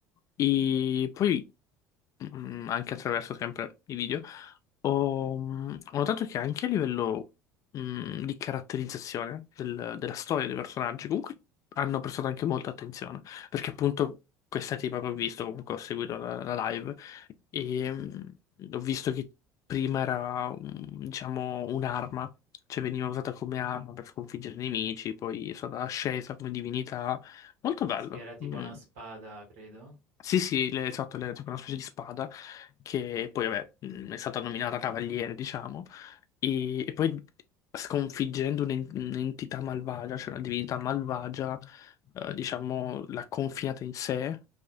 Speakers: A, on the left; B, on the right.
A: E poi mm, anche attraverso sempre i video, ho, mm, ho notato che anche a livello mm, di caratterizzazione del- della storia dei personaggi, comunque hanno prestato anche molta attenzione, perché appunto questa tipa che ho visto, comunque ho seguito la, la live, e mm, ho visto che prima era, mm, diciamo, un'arma, cioè veniva usata come arma per sconfiggere i nemici, poi è stata ascesa come divinità, molto bello.
B: Sì, era tipo
A: Mm.
B: una spada, credo.
A: Sì, sì, le- esatto, le, tipo una specie di spada che poi vabbè, mh, è stata nominata cavaliere, diciamo, e, e poi sconfiggendo un'en- un'entità malvagia, cioè una divinità malvagia, eh, diciamo, l'ha confinata in sé.